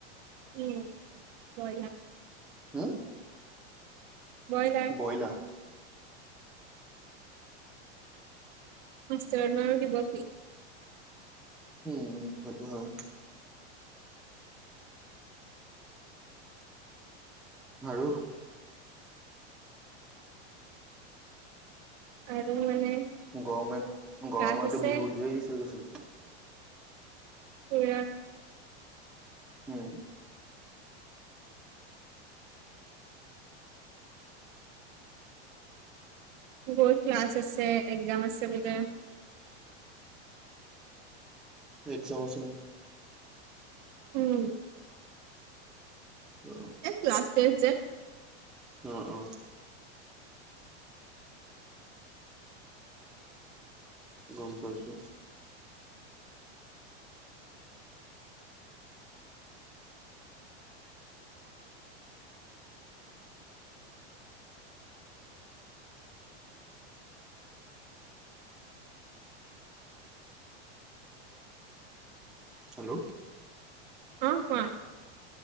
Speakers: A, on the right; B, in the centre.
A: উম বইলা।
B: হা।
A: ব্ৰইলাৰ
B: বইলা।
A: উম <unintelligible> দিব কি।
B: উম। <unintelligible> আৰু।
A: আৰু মানে।
B: গৰমে
A: ক্লাছ
B: গৰমতে
A: আছে
B: বিহু উলিয়াই দিছে। <unintelligible>
A: পুৰা।
B: হম।
A: বহুত ক্লাছ আছে এক্জাম আছে বোলে।
B: একজাম আছে ন।
A: উম,
B: অ
A: এই ক্লাছ টেষ্ট যে
B: অ, অ, গম পাইছো। হেল্ল,
A: অ, কোৱা?